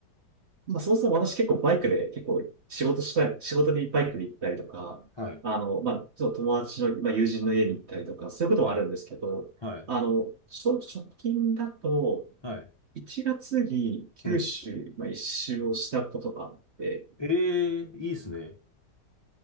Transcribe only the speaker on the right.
まあ、そもそも私結構バイクで結構仕事したり、仕事にバイクで行ったりとか、
あの、まあ、ちょっと友達の、まあ、友人の家に行ったりとか、そういうこともあるんですけど、
あの、ちょ直近だと、
1月に九州、
まあ、一周をしたことがあって、